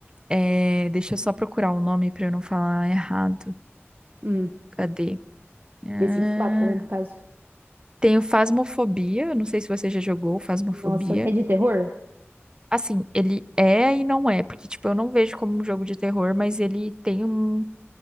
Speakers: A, on the right; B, on the right.
A: é, deixa eu só procurar o nome pra eu não falar errado.
B: Hum,
A: Cadê? Ah.
B: The Sims quatro né, no caso.
A: Tenho Phasmophobia, não sei se você já jogou Phasmophobia.
B: Nossa, é de terror?
A: Assim, ele é e não é, porque, tipo, eu não vejo como um jogo de terror, mas ele tem um.